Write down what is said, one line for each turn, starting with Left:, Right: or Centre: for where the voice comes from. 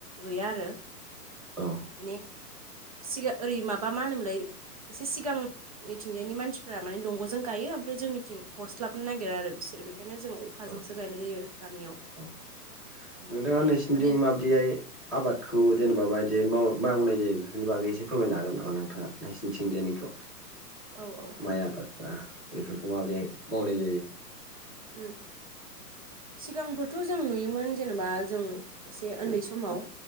Right: गैया आरो
Centre: औ
Right: माने सिगा ओरै माब बा मा होनोमोनलाय? एसे सिगां इथिंजायनि मानसिफ्रा माने दंग'जों गायो ओमफ्राय जोंनिथिं हरस्लाबनो नागिरा आरो बिसोर बे बेखायनो जों अखाजोंसो
Centre: औ
Right: गायनाय जायो गामियाव।
Centre: औ
Right: ओमफ्राय
Centre: नोंथाङा नोंसिनिथिं
Right: माने
Centre: माबायदिहाय आबादखौ जेनेबा माबायदि जे माव-मावनाय जायो बेफोरनि बागै एसे फोरमायनो हागोन नामा नोंथाङा नोंसिनिथिंजायनिखौ।
Right: औ औ
Centre: माय आबादखौ बेफोरखौ माबोरै मावनाय जायो?
Right: उम। सिगांफोरथ' जों नुयोमोन जेनेबा जों एसे उन्दै समाव